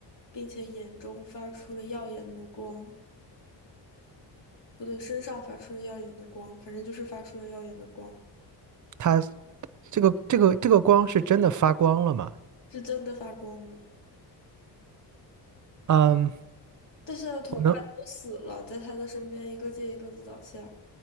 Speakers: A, on the left; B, on the right.
A: 并且眼中发出了耀眼的光。不对，身上发出了耀眼的光，反正就是发出了耀眼的光，
B: 它这个这个这个光是真的发光了吗？
A: 是真的发光了。
B: 嗯，
A: 但是他的同伴都死了，
B: 我能
A: 在他的身边一个接一个的倒下。